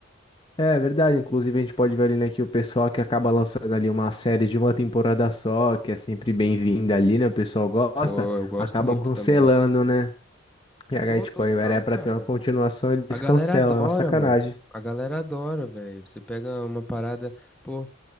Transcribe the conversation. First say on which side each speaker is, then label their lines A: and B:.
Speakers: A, on the left (about 25°); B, in the centre.
A: É é verdade, inclusive a gente pode ver ali, né, que o pessoal que acaba lançando ali uma série de uma temporada só, que é sempre bem-vinda ali, né, o pessoal gosta,
B: Pô, eu gosto
A: acabam
B: muito
A: cancelando,
B: também.
A: né? E aí,
B: Pô,
A: tipo,
B: total,
A: aí era pra
B: cara.
A: ter uma continuação, eles
B: A galera
A: cancelam,
B: adora,
A: é uma sacanagem.
B: mano. A galera adora, velho. Você pega uma parada, pô,